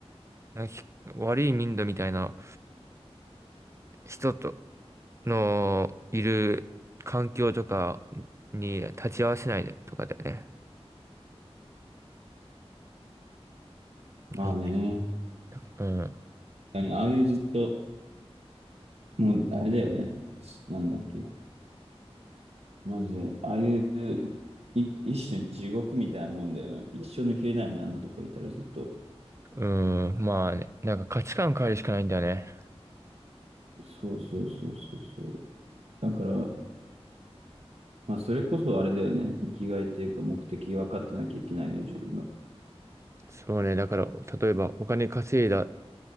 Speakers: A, on the right; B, on the right.
A: なんかひ悪い民度みたいな人と、のいる環境とかに立ち会わせないとかだよね。
B: まあね。
A: あうん。
B: 確かにああいうずっと、もう、あれだよね。なんだっけ。マジで。ああいう、い一種の地獄みたいなもんだよね。一生抜けれないもんね、あんなとこいたらずっと。
A: うん。まあね、なんか価値観変えるしかないんだよね。
B: そうそうそうそうそう。だから、まあ、それこそあれだよね。生きがいというか、目的分かってなきゃいけないよね、自分の。
A: そうね。だから、例えばお金稼いだ、